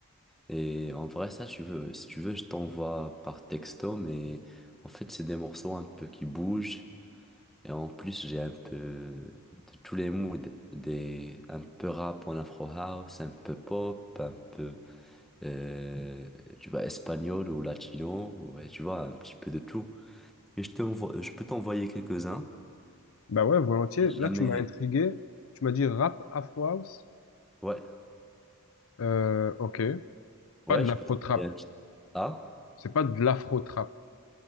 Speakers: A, in the centre; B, on the left.
A: Et en vrai, ça, tu veux, si tu veux, je t'envoie par texto, mais en fait, c'est des morceaux un peu qui bougent. Et en plus, j'ai un peu de tous les moods, des, un peu rap en afro house, un peu pop, un peu, euh, tu vois, espagnol ou latino, ouais, tu vois, un petit peu de tout. Et je t'envoie, je peux t'envoyer quelques-uns.
B: Bah ouais, volontiers.
A: Si jamais,
B: Là, tu m'as intrigué. Tu m'as dit rap Afro House.
A: ouais,
B: Euh, ok. Pas
A: ouais,
B: de
A: je
B: l'afro
A: peux t'envoyer
B: trap.
A: un petit. Ah,
B: C'est pas de l'afro trap.